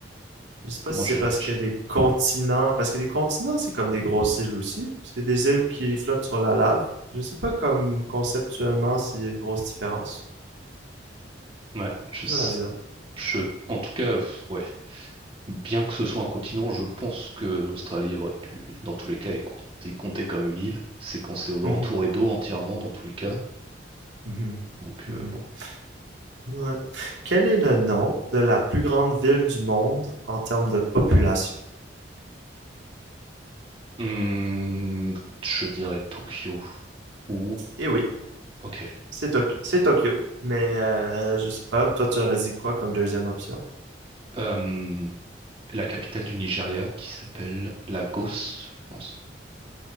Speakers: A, on the right; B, on the right.
A: Je sais pas
B: Comment
A: si
B: j'ai
A: c'est parce
B: réfléchi?
A: que les continents, parce que les continents c'est comme des grosses îles aussi. C'est des îles qui flottent sur la lave. Je sais pas comme conceptuellement s'il y a une grosse différence.
B: Ouais, je
A: C'est
B: sais.
A: dur à dire.
B: Je, en tout cas, pff, ouais. Bien que ce soit un continent, je pense que l'Australie aurait pu, dans tous les cas, être comptée comme une île. C'est quand c'est entouré
A: Mhm,
B: d'eau entièrement, dans tous les cas.
A: mhm,
B: Donc,
A: mhm.
B: euh, bon.
A: Ouais. Quel est le nom de la plus grande ville du monde en termes de population?
B: Hum, je dirais Tokyo ou...
A: Eh oui,
B: Ok.
A: c'est Tok- c'est Tokyo. Mais euh, je sais pas, toi tu aurais dit quoi comme deuxième option?
B: Hum, la capitale du Nigeria qui s'appelle Lagos, je pense.